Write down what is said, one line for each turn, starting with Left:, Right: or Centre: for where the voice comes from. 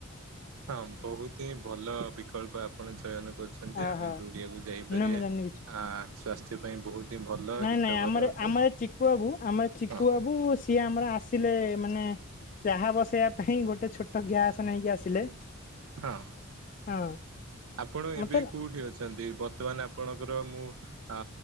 Right: ହଁ ବହୁତ ହିଁ ଭଲ ବିକଳ୍ପ ଆପଣ ଚୟନ କରୁଛନ୍ତି।
Left: ଆହା
Right: ଆମେ ଦୁ ବୁଲିବାକୁ ଯାଇ ପାରିବା।
Left: ନାଇଁ ମୁଁ ଜାଣିନି କିଛି।
Right: ଆ ସ୍ୱାସ୍ଥ୍ୟ ପାଇଁ ବହୁତ ହିଁ ଭଲ
Left: ନାଇଁ
Right: ହିତକର
Left: ନାଇଁ ଆମର
Right: ଅଟେ
Left: ଆମ ଚିକୁୁ ବାବୁ ଆମ ଚିକୁୁ
Right: ହଁ
Left: ବାବୁ ସିଏ ଆମର ଆସିଲେ ମାନେ ଚାହା ବସେଇବା ପାଇଁ ଗୋଟେ ଛୋଟ ଗ୍ୟାସ ନେଇକି ଆସିଲେ।
Right: ହଁ।
Left: ହଁ।
Right: ଆପଣ
Left: ମତେ
Right: ଏବେ କୋଉଠି ଅଛନ୍ତି। ବର୍ତ୍ତମାନ ଆପଣଙ୍କର ମୁଁ ଆ